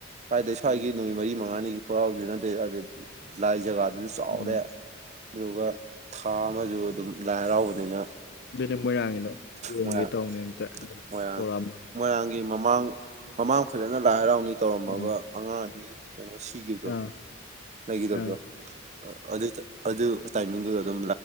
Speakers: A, on the right (about 35°); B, on the left (about 55°).
A: ꯀꯥꯏꯗꯒꯤ ꯁ꯭ꯋꯥꯏꯒꯤ ꯅꯨꯃꯤꯠ ꯃꯔꯤ ꯃꯉꯥꯅꯤ ꯈꯣꯔꯥꯎꯖꯦ <unintelligible> ꯅꯠꯇꯦ ꯑꯗꯗꯤ ꯂꯥꯏ ꯖꯒꯥꯗꯨꯁꯨ ꯆꯥꯎꯔꯦ
B: ꯎꯝ
A: ꯑꯗꯨꯒ ꯊꯥ ꯑꯃꯁꯨ ꯑꯗꯨꯝ ꯂꯥꯏ ꯍꯔꯥꯎꯕꯅꯤꯅ
B: ꯑꯗꯨꯏꯅꯦ ꯃꯣꯏꯔꯥꯡꯒꯤꯗꯣ ꯌꯦꯡꯉꯨꯒꯦ
A: ꯃꯣꯏꯔꯥꯡ
B: ꯇꯧꯅꯦ ꯑꯝꯇ
A: ꯃꯣꯏꯔꯥꯡ
B: ꯀꯧꯔꯝꯃꯣ
A: ꯃꯣꯏꯔꯥꯡꯒꯤ ꯃꯃꯥꯡ ꯃꯃꯥꯡ ꯐꯖꯅ ꯂꯥꯏ ꯍꯔꯥꯎꯅꯤ ꯇꯧꯔꯝꯃꯒ
B: ꯎꯝ
A: ꯑꯉꯥꯡ ꯑꯅꯤ ꯀꯩꯅꯣ ꯁꯤꯒꯤꯕꯗꯣ
B: ꯑꯥ
A: ꯂꯩꯒꯤꯗꯕꯗꯣ
B: ꯑꯥ
A: ꯑꯗꯨ ꯇꯥ ꯑꯗꯨ ꯇꯥꯏꯃꯤꯡꯗꯨꯗ ꯑꯗꯨꯝ